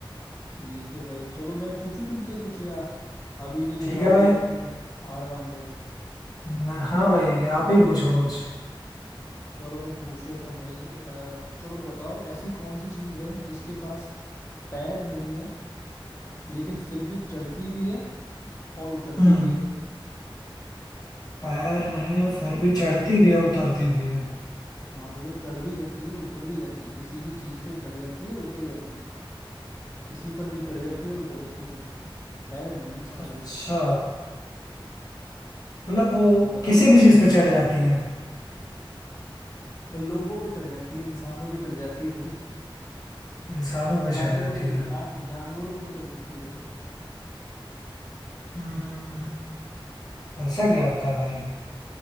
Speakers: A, on the left; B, on the left.
A: ठीक है भाई चलो मैं पूछूं तुमसे कुछ या अभी के लिए
B: ठीक
A: काफी
B: है भाई
A: है तुम हार मान रहे हो
B: ना हाँ भाई आप ही पूछो कुछ
A: चलो मैं पूछ लेता हूँ भाई अ, चलो बताओ ऐसी कौन सी चीज है जिसके पास पैर नहीं है लेकिन फिर भी चढ़ती भी है और उतरती
B: हम्म
A: भी है
B: पैर नहीं है फिर भी चढ़ती भी है उतरती भी है
A: हाँ सोचो चढ़ भी जाती है और उतर भी जाती है किसी भी चीज पे चढ़ जाती है और उतर जाती है किसी पर भी चढ़ जाती है और उतर जाती है सोचो पैर नहीं है उसके
B: अच्छा
A: भाई
B: मतलब वो
A: बताओ
B: किसी भी चीज पे चढ़
A: बताओ
B: जाती है
A: लोगों पे चढ़ जाती है इंसानों पे चढ़ जाती है भाई
B: इंसानों
A: वो
B: पे चढ़
A: जानवरों
B: जाती
A: पे
B: है
A: जान जानवरों पे भी चढ़ सकती है भाई
B: हम्म ऐसा क्या होता है भाई